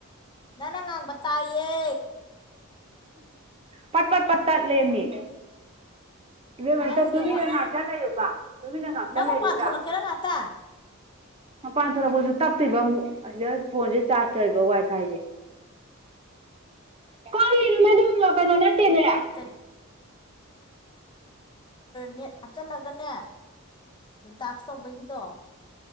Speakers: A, on the left (about 20°); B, on the right (about 25°).
A: ꯅꯪꯅꯪ ꯉꯥꯡꯕ ꯇꯥꯏꯌꯦ
B: ꯄꯠ ꯄꯠ ꯄꯠ ꯇꯠ ꯂꯦꯝꯃꯤ ꯏ ꯉꯇ
A: ꯅꯪꯒꯤ
B: ꯇꯨꯃꯤꯟꯅ
A: ꯅꯦꯠꯋꯥꯛ ꯅꯪ
B: ꯉꯥꯛꯇ ꯂꯩꯨꯕ ꯇꯨꯃꯤꯟꯅ ꯉꯥꯛꯇꯪ
A: ꯅꯪ ꯃꯄꯥꯟ
B: ꯂꯩꯒꯗ꯭ꯔꯥ
A: ꯊꯣꯛꯂꯛꯀꯦꯔꯥ ꯉꯥꯛꯇ
B: ꯍ ꯄꯥꯟꯅ ꯊꯔ ꯣꯖ ꯇꯞꯇꯣꯏꯕ ꯑꯃꯨꯛ ꯁꯤꯗ ꯐꯣꯟꯁꯦ ꯆꯥꯔꯖ ꯇꯧꯕ ꯋꯥꯏ ꯐꯥꯏꯁꯦ ꯀꯔꯤꯅ ꯃ ꯗꯧ ꯀꯩꯅꯣꯅ ꯇꯔꯌꯥ
A: ꯣ ꯅꯦꯠ ꯍꯥꯞꯆꯤꯜꯂꯒꯅꯦ ꯇꯥꯛꯁ ꯇꯧꯕꯒꯤꯗꯣ